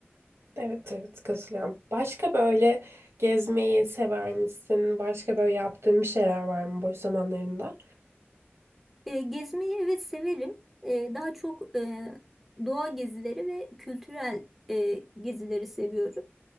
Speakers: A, on the right; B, in the centre.
A: Evet evet katılıyorum. Başka böyle gezmeyi sever misin? Başka böyle yaptığın bir şeyler var mı boş zamanlarında?
B: E, gezmeyi evet severim. E, daha çok e, doğa gezileri ve kültürel e, gezileri seviyorum.